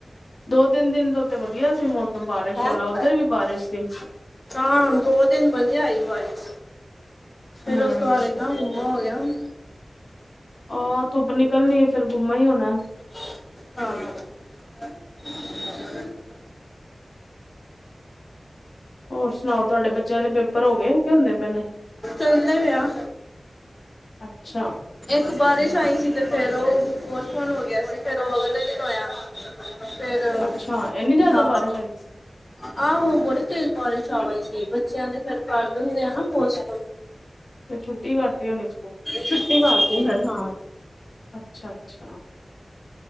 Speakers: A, on the left (about 70°); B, on the left (about 25°).
A: ਦੋ-ਤਿੰਨ ਦਿਨ ਤੋਂ ਤੇ ਵਧੀਆ ਸੀ ਮੌਸਮ ਬਾਰਿਸ਼
B: ਹੈਂ?
A: ਵਾਲਾ, ਉੱਧਰ ਵੀ ਬਾਰਿਸ਼ ਸੀ।
B: ਹਾਂ, ਦੋ ਦਿਨ ਵਧੀਆ ਆਈ ਬਾਰਿਸ਼। ਫਿਰ
A: ਹਮ
B: ਉਸ ਤੋਂ ਬਾਦ ਇਨਾ ਗੁੰਮਾ ਹੋ ਗਿਆ ਹੁਨ।
A: ਆਹ, ਧੁੱਪ ਨਿਕਲਨੀ ਏ ਫਿਰ ਗੁੰਮਾ ਈ ਹੋਨੈ।
B: ਹਾਂ-
A: ਹੋਰ ਸੁਣਾਓ, ਤੁਹਾਡੇ ਬੱਚਿਆਂ ਦੇ ਪੇਪਰ ਹੋਗੇ ਕਿ ਹੁੰਦੇ ਪੇ ਨੇ?
B: ਚਲਦੇ ਪੇ ਆਂ
A: ਅੱਛਾ
B: ਇੱਕ ਬਾਰਿਸ਼ ਆਈ ਸੀ ਤੇ ਫੇਰ ਉਹ ਪੋਸਟਪੋਨ ਹੋ ਗਿਆ ਸੀ। ਫੇਰ ਉਹ ਅਗਲੇ ਦਿਨ ਹੋਇਆ। ਫੇਰ,
A: ਅੱਛਾ ਇੰਨੀ ਜ਼ਿਆਦਾ
B: ਹਾਂ।
A: ਬਾਰਿਸ਼ ਆਈ ਸੀ
B: ਆਹੋ, ਬੜੀ ਤੇਜ਼ ਬਾਰਿਸ਼ ਆ ਗਈ ਸੀ। ਬੱਚਿਆਂ ਦੇ ਫਿਰ ਕਰ ਦੇਂਦੇ ਆ ਨਾ ਪੋਸਟਪੌਰਨ।
A: ਤੇ ਛੁੱਟੀ ਕਰਤੀ ਹੋਣੀ ਸਕੂਲ ਦੀ?
B: ਛੁੱਟੀ ਕਰਤੀ ਫਿਰ ਹਾਂ
A: ਅੱਛਾ-ਅੱਛਾ।